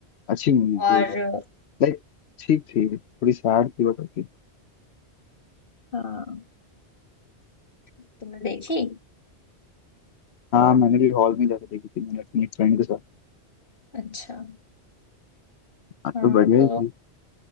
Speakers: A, on the left; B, on the left.
A: अच्छी मूवी
B: और
A: होगी लाइक ठीक थी थोड़ी सैड थी बट ओके
B: हाँ तुमने देखी वो
A: हाँ मैंने
B: मूवी
A: भी हॉल में जाकर देखी थी मैंने अपनी एक फ्रेंड के साथ
B: अच्छा
A: हाँ
B: हाँ
A: तो बढ़िया
B: तो
A: ही थी